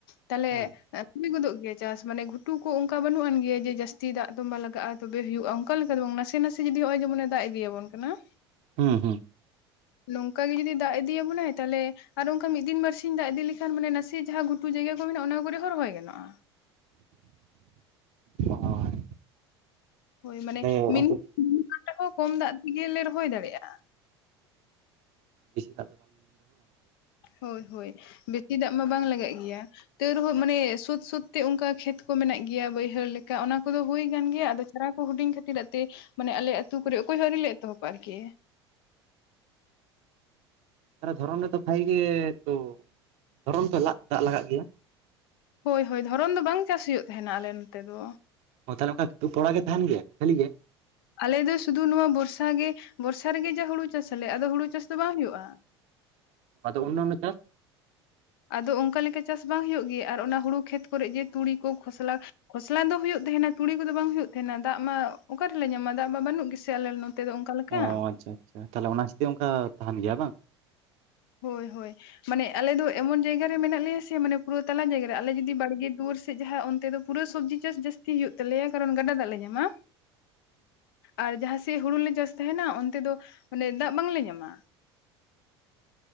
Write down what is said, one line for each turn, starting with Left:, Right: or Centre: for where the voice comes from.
Left: ᱛᱟᱦᱞᱮ
Right: ᱦᱮᱸ
Left: ᱦᱩᱭ ᱜᱚᱫᱚᱜ ᱜᱮᱭᱟ ᱪᱟᱥ ᱢᱟᱱᱮ ᱜᱷᱩᱴᱩ ᱠᱚ ᱚᱝᱠᱟ ᱵᱟᱹᱱᱩᱜ ᱟᱱ ᱜᱮᱭᱟ ᱡᱮ ᱡᱟᱹᱥᱛᱤ ᱫᱟᱜ ᱫᱚᱢᱵᱟ ᱞᱟᱜᱟᱜᱼᱟ ᱛᱚᱵᱮ ᱦᱩᱭᱩᱜᱼᱟ ᱚᱠᱟ ᱞᱮᱠᱟ ᱫᱚ ᱵᱟᱝᱟ ᱱᱟᱥᱮ ᱱᱟᱥᱮ ᱡᱩᱫᱤ ᱱᱚᱼᱚᱭ ᱡᱮᱢᱚᱱᱮ ᱫᱟᱜ ᱤᱫᱤᱭᱟᱵᱚᱱ ᱠᱟᱱᱟ
Right: ᱦᱩᱸ ᱦᱩᱸ ᱦᱩᱸ
Left: ᱱᱚᱝᱠᱟ ᱜᱮ ᱡᱩᱫᱤ ᱫᱟᱜ ᱤᱫᱤᱭᱟᱵᱚᱱᱟᱭ ᱛᱟᱦᱞᱮ ᱟᱨ ᱚᱝᱠᱟ ᱢᱤᱫ ᱫᱤᱱ ᱵᱟᱹᱨᱥᱤᱧ ᱫᱟᱜ ᱤᱫᱤ ᱞᱮᱠᱷᱟᱱ ᱢᱟᱱᱮ ᱱᱟᱥᱮ ᱡᱟᱦᱟᱸ ᱜᱷᱩᱴ ᱛᱩᱡ ᱡᱟᱭᱜᱟ ᱠᱚ ᱢᱮᱱᱟᱜᱼᱟ ᱚᱱᱟ ᱠᱚᱨᱮ ᱦᱚᱸ ᱨᱚᱦᱚᱭ ᱜᱟᱱᱚᱜᱼᱟ
Right: ᱦᱳᱭ
Left: ᱦᱚᱭ ᱢᱟᱱᱮ
Right: ᱛᱟᱦᱚᱞᱮ
Left: ᱢᱤᱱᱤ
Right: ᱚᱱᱛᱮ
Left: ᱵᱟᱝ ᱨᱮᱦᱚᱸ ᱠᱚᱢ ᱫᱟᱜ ᱛᱮᱜᱮᱞᱮ ᱨᱚᱦᱚᱭ ᱫᱟᱲᱮᱭᱟᱜᱼᱟ
Right: ᱵᱮᱥᱤ ᱫᱟᱜ ᱫᱚ ᱵᱟᱝ ᱨᱮᱦᱚᱸ ᱜᱟᱱᱚᱜ ᱜᱮᱭᱟ᱾
Left: ᱦᱳᱭ ᱦᱳᱭ ᱵᱮᱥᱤ ᱫᱟᱜ ᱢᱟ ᱵᱟᱝ ᱞᱟᱜᱟᱜ ᱜᱮᱭᱟ ᱛᱟᱣ ᱨᱮᱦᱚᱸ ᱢᱟᱱᱮ ᱥᱩᱫ ᱥᱩᱫᱛᱮ ᱚᱱᱠᱟ ᱠᱷᱮᱛ ᱠᱚ ᱢᱮᱱᱟᱜ ᱜᱮᱭᱟ ᱵᱟᱹᱭᱦᱟᱹᱲ ᱞᱮᱠᱟ ᱚᱱᱟ ᱠᱚᱫᱚ ᱦᱩᱭ ᱠᱟᱱ ᱜᱮᱭᱟ ᱟᱫᱚ ᱫᱟᱨᱟ ᱠᱚ ᱦᱩᱰᱤᱧ ᱠᱷᱟᱹᱛᱤᱨᱟᱜ ᱛᱮ ᱢᱟᱱᱮ ᱟᱞᱮ ᱟᱹᱛᱩ ᱠᱚᱨᱮ ᱚᱠᱚᱭ ᱦᱚᱸ ᱟᱹᱣᱨᱤ ᱞᱮ ᱮᱛᱚᱦᱚᱵᱟ ᱟᱨ ᱠᱤ
Right: ᱛᱟᱞᱦᱮ ᱫᱷᱚᱨᱟᱱ ᱨᱮᱛᱚ ᱵᱷᱟᱜᱤ ᱜᱮ ᱛᱚ ᱫᱷᱚᱨᱚᱢ ᱫᱟᱜ ᱫᱟᱜ ᱞᱟᱜᱟᱜ ᱜᱮᱭᱟ
Left: ᱦᱳᱭ ᱦᱳᱭ ᱫᱷᱚᱨᱚᱱ ᱫᱚ ᱵᱟᱝ ᱪᱟᱥ ᱦᱩᱭᱩᱜ ᱛᱟᱦᱮᱱᱟ ᱟᱞᱮ ᱚᱛᱮ ᱫᱚ
Right: ᱚ ᱛᱟᱦᱚᱞᱮ ᱚᱱᱠᱟ ᱠᱚ ᱯᱚᱲᱟ ᱜᱮ ᱛᱟᱦᱮᱱ ᱜᱮᱭᱟ ᱠᱷᱟᱹᱞᱤ ᱜᱮ
Left: ᱟᱞᱮ ᱫᱚ ᱥᱩᱫᱷᱩ ᱱᱚᱣᱟ ᱵᱚᱨᱥᱟ ᱜᱮ ᱵᱚᱨᱥᱟ ᱨᱮᱜᱮ ᱡᱟ ᱦᱩᱲᱩ ᱪᱟᱥ ᱟᱞᱮ ᱟᱫᱚ ᱦᱩᱲᱩ ᱪᱟᱥ ᱫᱚ ᱵᱟᱝ ᱦᱩᱭᱩᱜᱼᱟ
Right: ᱟᱫᱚ ᱚᱱᱚ ᱩᱱᱟ ᱪᱟᱥ
Left: ᱟᱫᱚ ᱚᱱᱠᱟ ᱞᱮᱠᱟ ᱪᱟᱥ ᱵᱟᱝ ᱦᱳᱭᱳᱜ ᱜᱮ ᱟᱨ ᱚᱱᱟ ᱦᱩᱲᱩ ᱠᱷᱮᱛ ᱠᱚᱨᱮᱜ ᱡᱮ ᱛᱩᱲᱤ ᱠᱚ ᱠᱷᱚᱥᱞᱟ ᱠᱷᱚᱥᱞᱟ ᱫᱚ ᱦᱩᱭᱩᱜ ᱛᱟᱦᱮᱱᱟ ᱛᱩᱲᱤ ᱠᱚᱫᱚ ᱵᱟᱝ ᱦᱩᱭᱩᱜ ᱛᱟᱦᱮᱱᱟ ᱫᱟᱜ ᱢᱟ ᱚᱠᱟ ᱨᱮᱞᱮ ᱧᱟᱢᱟ? ᱫᱟᱜ ᱢᱟ ᱵᱟᱹᱱᱩᱜ ᱜᱮ ᱥᱮ ᱟᱞᱮ ᱱᱚᱛᱮ ᱫᱚ ᱚᱱᱠᱟ ᱞᱮᱠᱟ
Right: ᱚᱻ ᱟᱪᱪᱷᱟ ᱟᱪᱪᱷᱟ ᱛᱟᱞᱦᱮ ᱚᱱᱟ <unintelligible> ᱚᱱᱠᱟ ᱛᱟᱦᱮᱱ ᱜᱮᱭᱟ ᱵᱟᱝ?
Left: ᱦᱳᱭ ᱦᱳᱭ ᱢᱟᱱᱮ ᱟᱞᱮ ᱫᱚ ᱮᱢᱚᱱ ᱡᱟᱭᱜᱟ ᱨᱮ ᱢᱮᱱᱟᱜ ᱞᱮᱭᱟ ᱥᱮ ᱢᱟᱱᱮ ᱯᱩᱨᱟᱹ ᱛᱟᱞᱟ ᱡᱟᱭᱜᱟ ᱨᱮ ᱟᱞᱮ ᱡᱩᱫᱤ ᱵᱟᱲᱜᱮ ᱫᱩᱣᱟᱹᱨ ᱥᱮᱫ ᱡᱟᱦᱟᱸ ᱚᱱᱛᱮ ᱫᱚ ᱯᱩᱨᱟᱹ ᱥᱚᱵᱽᱡᱤ ᱪᱟᱥ ᱡᱟᱥᱛᱤ ᱦᱩᱭᱩᱜᱳ ᱛᱟᱞᱮᱭᱟ ᱠᱟᱨᱚᱱ ᱜᱟᱰᱟ ᱫᱟᱜ ᱞᱮ ᱧᱟᱢᱟ
Right: <inaudible>
Left: ᱟᱨ ᱡᱟᱦᱟᱸᱥᱮᱜ ᱦᱩᱲᱩ ᱞᱮ ᱪᱟᱥ ᱛᱟᱦᱮᱱᱟ ᱚᱱᱛᱮ ᱫᱚ ᱢᱟᱱᱮ ᱫᱟᱜ ᱵᱟᱝᱞᱮ ᱧᱟᱢᱟ